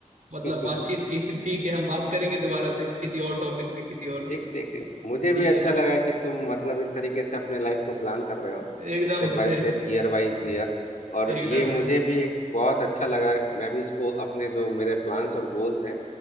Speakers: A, on the right; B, on the left.
A: मतलब
B: है
A: बातचीत
B: <laughs>
A: की <laughs> ठीक है हम बात करेंगे दोबारा से किसी और टॉपिक पे किसी और दिन
B: ठीक ठीक ठीक मुझे भी
A: ठीक
B: अच्छा
A: है
B: लगा कि तुम मतलब इस तरीके से अपने लाइफ को प्लान कर रहे हो
A: एकदम
B: step
A: भैया
B: by step
A: एक,
B: year wise year और
A: एकदम
B: ये मुझे
A: भैया
B: भी एक बहुत अच्छा लगा मैं भी इसको अपने जो मेरे प्लान्स और गोल्स हैं